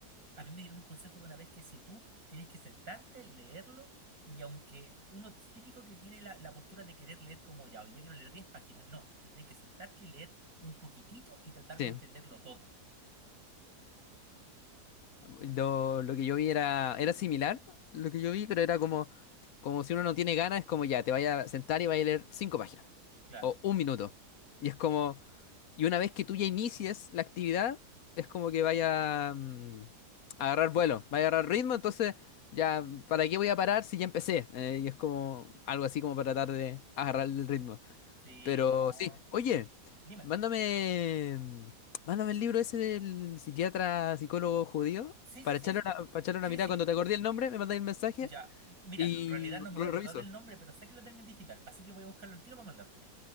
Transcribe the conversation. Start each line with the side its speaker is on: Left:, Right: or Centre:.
Right: a mí me dieron un consejo de una vez que si tú tienes que sentarte, leerlo, y aunque uno es típico que tiene la, la postura de querer leer como ya, hoy quiero leer 10 páginas, no, tú tienes que sentarte y leer un poquitito y tratar
Left: Sí.
Right: de entenderlo todo.
Left: Lo, lo que yo vi era, era similar, lo que yo vi, pero era como, como si uno no tiene ganas, es como ya, te vaya a sentar y vaya a leer cinco páginas.
Right: Claro.
Left: o un minuto. Y es como, y una vez que tú ya inicies la actividad, es como que vaya mm, a agarrar vuelo, vaya a agarrar ritmo, entonces ya, ¿para qué voy a parar si ya empecé? Eh, y es como algo así como para tratar de agarrar el ritmo.
Right: Sí,
Left: Pero
Right: no.
Left: sí, oye,
Right: Dime.
Left: mándame, mm, mándame el libro ese del psiquiatra, psicólogo judío.
Right: Sí,
Left: Para
Right: sí, sí.
Left: echarle una, para echarle una
Right: Sí,
Left: mirada,
Right: sí.
Left: cuando te acordé el nombre, me mandáis el mensaje
Right: Ya. Mira,
Left: y
Right: en realidad no me
Left: lo
Right: voy a acordar
Left: reviso.
Right: del nombre, pero sé que lo tengo en digital, así que voy a buscarlo al tiro para mandártelo.